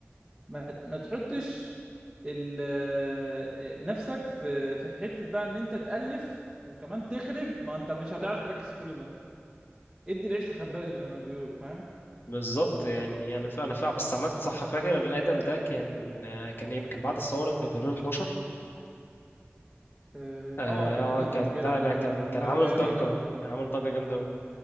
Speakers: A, in the centre; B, on the left.
A: ما ما تحطش ال آه، نفسك في في حتة بقى ان انت تألف وكمان تخرج ما انت مش هتعرف تركز في كل ده ادي العيش لخبازه زي ما بيقولوا فاهم
B: بالظبط يعني انا ف... انا فاهم بس عامة صح فاكر الادم ده كان كان ايه كان بعد الثورة في 2012
A: اه
B: اه
A: آه، تقريبا
B: كان
A: كده
B: لا
A: في
B: لا
A: الوقت
B: كان
A: ده كنا
B: كان عامل
A: صغيرين
B: ضجة كان عامل ضجة جامدة